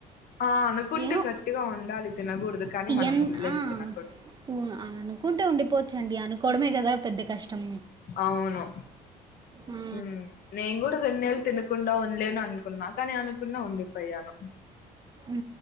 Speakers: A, on the left; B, on the right.
A: ఆ అనుకుంటే
B: ఏమో
A: గట్టిగా ఉండాలి తినకూడదు కానీ మనం
B: ఎన్
A: ఉండలేం
B: ఆ
A: తినకుండా
B: ఉ అనుకుంటే ఉండిపోవచ్చండి అనుకోవడమే పెద్ద కష్టం
A: అవును
B: ఆ
A: మ్ నేను కూడా రెండు నెల్లు తిన కుండా ఉండలేను అనుకున్నా కానీ అనుకున్నా ఉండిపోయాను.
B: ఉ